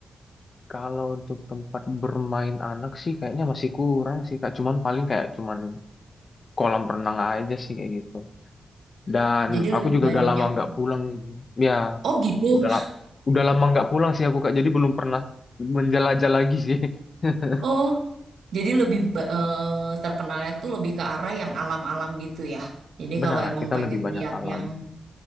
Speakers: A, on the left; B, on the right.
A: Kalau untuk tempat bermain anak sih kayaknya masih kurang sih Kak. Cuman paling kayak cuman kolam renang aja sih kayak gitu. Dan
B: Jadi
A: aku
B: lebih
A: juga
B: banyak.
A: udah lama nggak pulang. Ya,
B: Oh gitu.
A: udah lama udah lama nggak pulang sih aku Kak. Jadi belum pernah menjelajah lagi sih. <laughs>
B: Oh, jadi lebih ba- eh, terkenalnya tuh lebih ke arah yang alam-alam gitu ya. Jadi
A: Benar,
B: kalau emang
A: kita
B: pengen
A: lebih banyak
B: lihat
A: alam.
B: yang